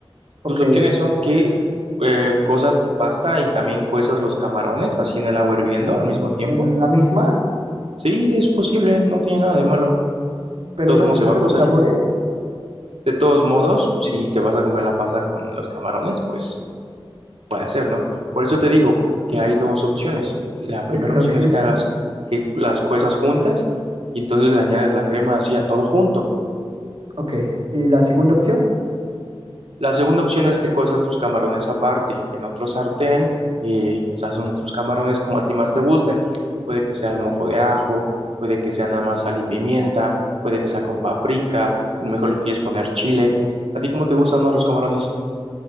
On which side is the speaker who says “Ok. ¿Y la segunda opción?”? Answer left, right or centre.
Right